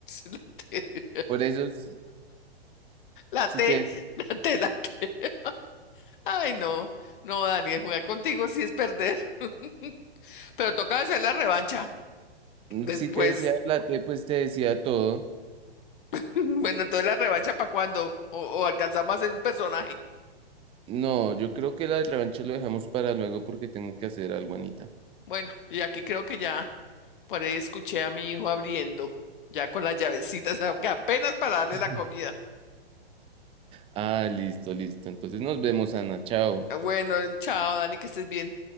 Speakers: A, on the left (about 55°); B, on the right (about 15°).
A: <laughs>
B: Por eso, s-
A: La
B: si
A: T,
B: te,
A: la T, la T, la T. Ay, no, no, Daniel, jugar contigo sí es perder. <laughs> Pero toca hacer la revancha después.
B: si te decía la pues te decía todo.
A: <laughs> Bueno, entonces la revancha para cuándo? O, o alcanzamos a hacer un personaje.
B: No, yo creo que la del revancha lo dejamos para luego porque tengo que hacer algo, Anita.
A: Bueno, y aquí creo que ya por ahí escuché a mi hijo abriendo, ya con las llavecitas, <laughs> aunque apenas para darle
B: <laughs>
A: la comida.
B: Ah, listo, listo. Entonces nos vemos, Ana. Chao.
A: Bueno, chao, Dani, que estés bien.